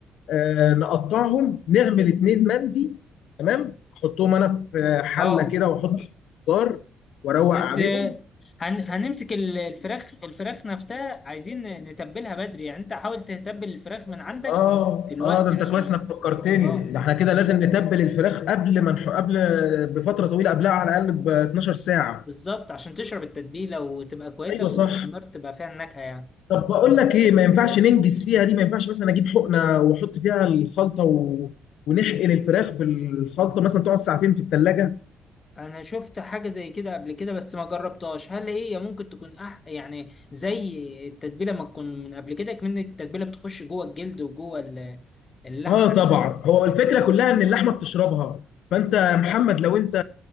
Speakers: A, on the left (about 75°); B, on the left (about 35°).
A: آه نقطعهم نعمل اتنين مندي تمام احطهم انا في حله
B: اه
A: كده واحط خضار واروق
B: بس
A: عليهم
B: هن... هنمسك ال- الفراخ الفراخ نفسها عايزين نتبلها بدري يعني انت حاول تتبل الفراخ من عندك
A: اه
B: دلوقتي
A: اه ده انت
B: عشان
A: كويس
B: ما-
A: انك فكرتني
B: اه
A: ده احنا كده لازم نتبل الفراخ قبل ما نح... قبل بفتره طويله قبلها على الاقل ب 12 ساعه
B: بالظبط عشان تشرب التتبيله وتبقى كويسه
A: ايوه صح
B: وعلى النار تبقى فيها النكهه يعني
A: طب بقول لك ايه ما ينفعش ننجز فيها دي ما ينفعش مثلا اجيب حقنه واحط فيها الخلطه و... ونحقن الفراخ بالخلطه مثلا تقعد ساعتين في الثلاجه
B: انا شفت حاجه زي كده قبل كده بس ما جربتهاش هل هي ممكن تكون أح... يعني زي التتبيله ما تكون من قبل كده كمان التتبيله بتخش جوه الجلد وجوه ال- اللحمه
A: اه
B: نفسها
A: طبعا هو الفكره كلها ان اللحمه بتشربها فانت يا محمد لو انت